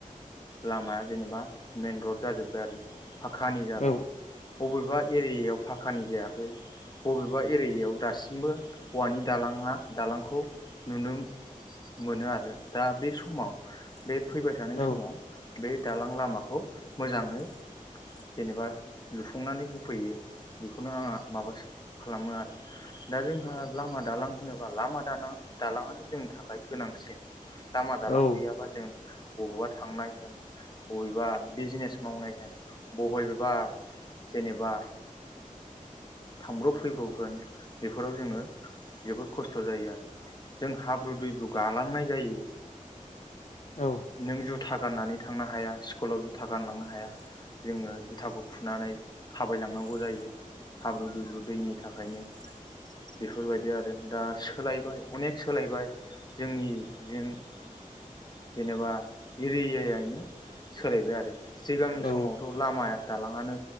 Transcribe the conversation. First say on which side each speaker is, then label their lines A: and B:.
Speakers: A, on the left (about 30°); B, on the left (about 60°).
A: लामाया जेनेबा मेन र'ड जाजोबदो आरो फाखानि जाबाय
B: औ
A: अबेबा एरियायाव फाखानि जायाखै अबेबा एरियायाव दासिमबो औवानि दालाङा दालांखौ नुनो मोनो आरो दा बे समाव बे फैबाय थानाय
B: औ
A: समाव बे दालां लामाखौ मोजाङै जेनेबा लुफुंनानै होफैयो बेखौनो आङा माबा खालामो आरो। दा जोंहा लामा दालां होनोब्ला लामा दाना-दालाङानो जोंनि थाखाय गोनांसिन। लामा दालां
B: औ
A: गैयाबा
B: औ
A: जों अबेबा थांनाय होन अबेबा बिजनेस मावनाय होन बबेबबा जेनेबा थांब्रब फैब्रब होन बेफोराव जोङो जोबोर खस्थ जायो आरो जों हाब्रु दैब्रु गालांनाय जायो
B: औ
A: नों जु- था गाननानै थांनो हाया स्कुलाव जुथा गानलांनो हाया जोङो जुथाखौ खुनानै थाबायलांनांगौ जायो हाब्रु दैब्रु दैनि थाखायनो बेफोरबायदि आरो दा सोलायबाय अनेक सोलायबाय जोंनि जेन-जेनेबा एरियायैनो सोलायबाय आरो। सिगांनि
B: औ
A: समावथ लामाया दालां ङानो